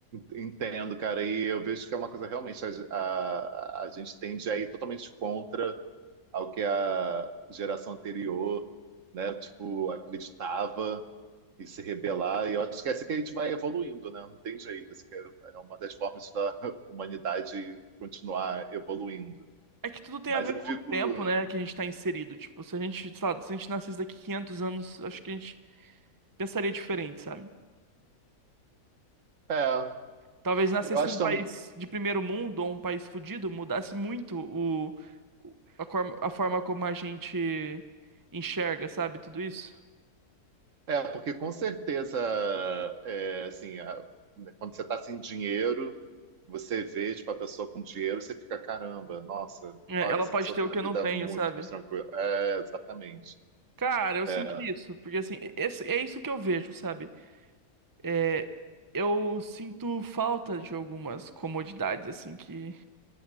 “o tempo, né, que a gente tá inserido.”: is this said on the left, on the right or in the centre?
Right